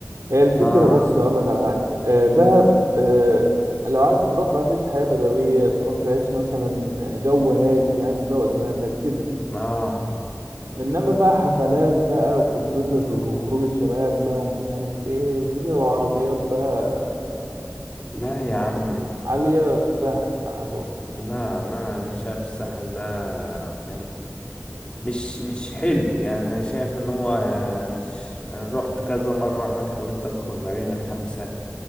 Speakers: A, on the right; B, on the left.
A: هي الفكره
B: اه
A: بص اقول لك على حاجه آه، دهب آه، لو عايز تروح بقى تعيش حياه بدويه تروح تعيش مثلا جو هادي عايز تروق دماغك كده
B: اه
A: انما بقى حفلات بقى وتتبسط وخروجه شباب بقى ومش عارف ايه وكده وعربيات بقى
B: لا يا عم
A: عاليه سهل على طول
B: لا انا انا شايف الساحل ده ما- مش مش حلو يعني انا شايف ان هو آه، مش أنا رحت كذا مره هناك حاولت ادخل مارينا خمسة